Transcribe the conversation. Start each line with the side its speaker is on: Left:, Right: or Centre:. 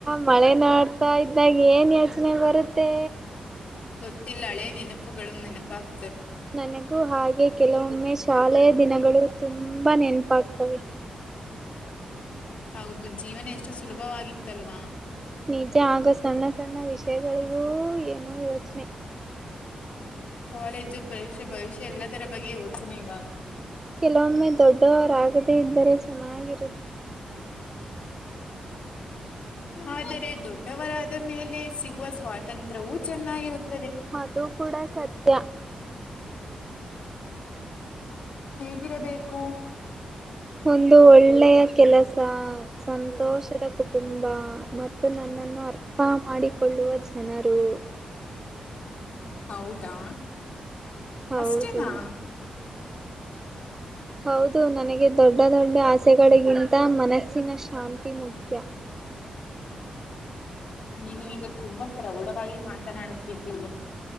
Right: ಮಳೆ ನೋಡ್ತಾ ಇದ್ದಾಗ ಏನು ಯೋಚನೆ ಬರುತ್ತೆ
Left: ಗೊತ್ತಿಲ್ಲ ಹಳೆ ನೆನಪುಗಳು ನೆನಪಾಗಗ್ತ
Right: ನನಗೂ ಹಾಗೆ ಕೆಲವೊಮ್ಮೆ ಶಾಲೆಯ ದಿನಗಳು ತುಂಬಾ ನೆನಪಾಗ್ತವೆ
Left: ಹೌದು ಜೀವನ ಎಷ್ಟು ಸುಲಭವಾಗಿತ್ತಲ್ವಾ
Right: ನಿಜ ಆಗ ಸಣ್ಣ ಸಣ್ಣ ವಿಷಯಗಳಿಗೂ ಏನು ಇ ನೀ್ಮ
Left: ಕಾಲೇಜ್ ಪರೀಕ್ಷೆ ಭವಿಷ್ಯ ಎಲ್ಲದರ ಬಗ್ಗೆ ಯೋಚನೆ ಇವಾಗ
Right: ಕಲೋಮ್ಮೆ ದೊಡ್ಡೋ ಆಗ ಮ ಇದ್ದರೆ ಚೆನ್ನಾಗಿರುತ್ತೆ
Left: ಆದರೆ ದೊಡ್ಡವರಾದ ಮೇಲೆ ಸಿಗುವ ಸ್ವಾತಂತ್ರ್ಯವು ಚೆನ್ನಾಗಿರುತ್ತೆ
Right: ಅದು ಕೂಡ ಸತ್ಯ
Left: ಹ ಇಿರಬೇಕು
Right: ಒಂದು ಒಳ್ಳೆಯ ಕೆಲಸ ಸಂತೋಷದ ಕುಟುಂಬ ಮತ್ತು ನನ್ನನ್ನು ಅರ್ಥ ಮಾಡಿ ಕೊಳ್ಳುವ ಜನರು.
Left: ಹೌದಾ.
Right: ಹೌದು
Left: ಅಷ್ಟೇನಾ.
Right: ಹೌದು. ನನಗೆ ದೊಡ್ಡ ದೊಡ್ಡ ಆ. ಆಸೆಗಳಿಗಿಂತ ಮನಸ್ಸಿನ ಶಾಂತಿ ಮುಖ್ಯ.
Left: ನೀನು ಈಗ ತುಂಬಾ ಪ್ರೌಢವಾಗಿ ಮಾತನಾಡುತ್ತಿದ್ದಿ.